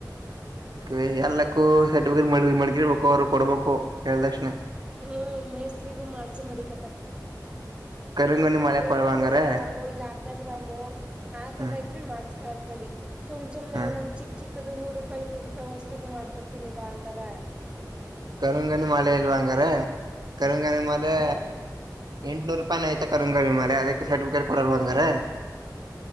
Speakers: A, on the right; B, on the right.
A: ಇ ಎಲ್ಲಕ್ಕೂ ಸರ್ಟಿಫಿಕೇಟ್ ಮಡ್ಗಿರ್ಬೇಕು ಅವ್ರು ಕೊಡ್ಬೇಕು ಹೇಳ ತಕ್ಷಣ
B: ಹ್ಮ್ ಮೇಸ್ತ್ರಿಗೂ ಮಾಡ್ಸಿ ಮಾಡಡಿಕತ್ತಾರೆ
A: ಕರಿಂಗನಿ
B: ಸ
A: ಮಳೆ
B: ಅದೇನಾದ್ರು
A: ಕೊಡ್ಬಂಗಾರೆ
B: ಒಂದ್ ಗ್ರಾಮು ಇಲ್ಲ ಅರ್ಧ ಗ್ರಾಮು ಆ ತರ
A: ಹ
B: ಇದ್ರೆ ಮಾಡ್ಸ ಸರಿ ಸುಮ್ ಸುಮನೆ
A: ಹ
B: ಅವ್ ನ ಚಿಕ್ ಚಿಕ್ ಹದು ನೂರು ರೂಪಾಯಿ ಇನ್ನೂರು ರೂಪಾಯಿ ವಸ್ತುಗು ಮಾಡ್ಕೊಡ್ತೀನಿ ಬಾ ಅಂತರ
A: ಕರುಂಗಣಿ ಮಲೆ ಇಲ್ವಾ ಹಂಗಾರ ಕರುಂಗನಿ ಮಲೆೆ
B: ಆ
A: ಎಂಟುನೂರು ರೂಪಾಯಿ ಆಯ್ತ ಕಂಗಮಾಲ ಅದಕ್ಕೆ ಸರ್ಟಿಫಿಕೇಟ್ ಕೊಡರ್ವಾಂಗ್ರ